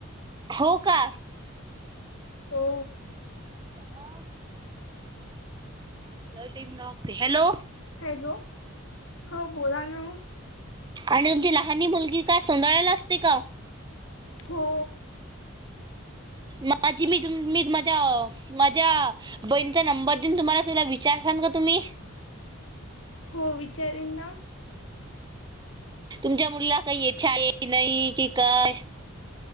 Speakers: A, on the right; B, on the left.
A: हो का
B: हो.
A: पगा लय टीम लागते हॅलो
B: हॅलो हो बोला ना
A: आणि तुमची लहनी मुलगी का सोंदाळ्याला असते का?
B: हो.
A: माझी मी तु मी माझ्या माझ्या बहीणीचा नंबर देऊन तुम्हाला <unintelligible> विचार शानं का तुम्ही
B: हो विचारीन ना
A: तुमच्या मुलीला काय येचाये की नही कि काय